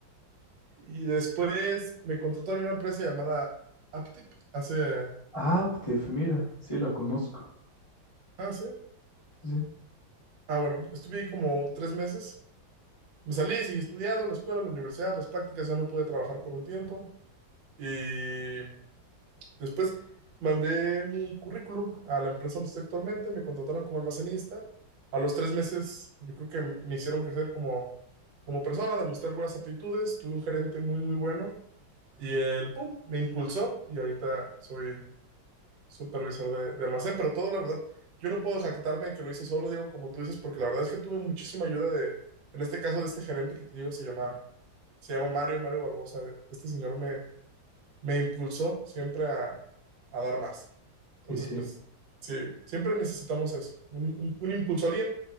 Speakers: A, on the right; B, on the left.
A: Y después me contrataron en una empresa llamada Aptip hace...
B: Aptiv, mira, sí, la conozco.
A: Ah, sí.
B: Sí,
A: Ah, bueno, estuve ahí como tres meses. Me salí, seguí estudiando, la escuela, la universidad, las prácticas, ya no pude trabajar por un tiempo. Y Después mandé mi currículum a la empresa donde estoy actualmente, me contrataron como almacenista. A los tres meses, yo creo que me hicieron crecer como, como persona, demostré algunas aptitudes, tuve un gerente muy, muy bueno y él, pum, me impulsó y ahorita soy supervisor de, de almacén, pero todo, la verdad, yo no puedo jactarme de que lo hice solo, Diego, como tú dices, porque la verdad es que tuve muchísima ayuda de, en este caso, de este gerente que te digo, se llama, se llama Mario, Mario Barbosa. Este señor me, me impulsó siempre a, a dar más. Entonces,
B: sí, sí,
A: pues
B: sí,
A: sí, siempre necesitamos eso, un, un- un impulso, alguien